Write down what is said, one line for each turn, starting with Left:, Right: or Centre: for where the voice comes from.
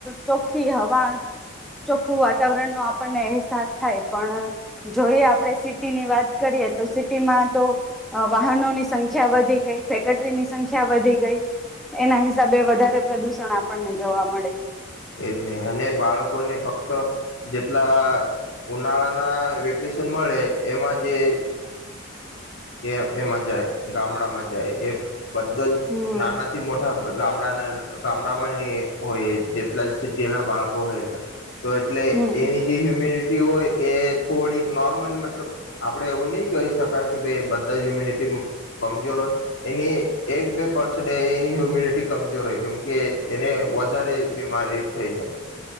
Centre: ચોખ્ખી હવા ચોખ્ખું વાતાવરણનો આપણને અહેસાસ થાય પણ જોઈએ આપણે સિટીની વાત કરીએ તો સીટીમાં તો વાહનોની સંખ્યા વધી ગઈ ફેક્ટરીની સંખ્યા વધી ગઈ એના હિસાબે વધારે પ્રદુષણ આપણને જોવા મળે.
Left: એજ ને અને બાળકોને ફક્ત જેટલા ઉનાળાના વેકેશન મળે એમાં જે એ એમાં જાય ગામડામાં જાય એ બધો જ
Centre: હમ
Left: નાનાથી મોટા ગામડાના ગામડામાં જ <unintelligible> હોય જેટલા સિટી ના બાળકો હોય એટલા તો એટલે
Centre: હમ
Left: એની જે હ્યુમિનિ હોય એ થોડીક નોર્મલી મતલબ આપડે એવું નહી કહી શકાય કે ભાઈ બધા હ્યુમિનિટી કમજોર હોય એની એક બે પર્સન એની હ્યુમિનિટી કમજોર હોય કેમકે એને વધારે બીમારી થઈ જાય.